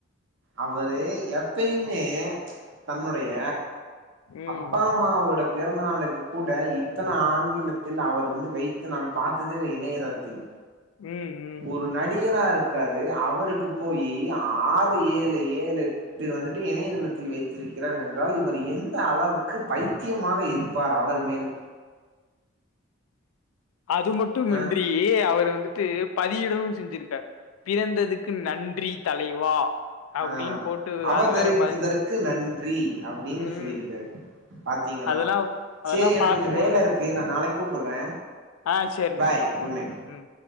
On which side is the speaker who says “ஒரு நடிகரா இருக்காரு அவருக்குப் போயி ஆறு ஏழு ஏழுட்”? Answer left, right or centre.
Right